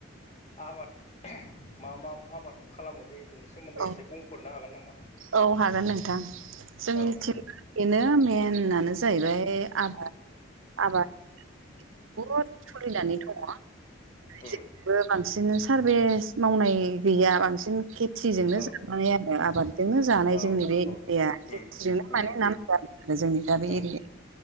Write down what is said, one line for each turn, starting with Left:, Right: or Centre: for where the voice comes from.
Left: आबाद मा मा आबाद खालामनाय जायो बेनि सोमोन्दै
Right: औ
Left: एसे बुंफोरनो हागोन नामा?
Right: औ हागोन नोंथां। जोंनिथिं
Left: औ औ
Right: बेनो मेनानो जाहैबाय बे आबाद आबाद बहुद सोलिनानै दङ।
Left: उम
Right: जोंनिखैबो बांसिन सारभेस मावनाय गैया बांसिन खे थिजोंनो
Left: औ
Right: जाबोनाय आरो आबाद जानाय
Left: औ
Right: जोंनि बे एरिया
Left: औ
Right: खेथिजोंनो
Left: उम उम उम
Right: माने नाम
Left: उम
Right: जादों आरो जोंनि दा बे
Left: नंगौ
Right: एरिया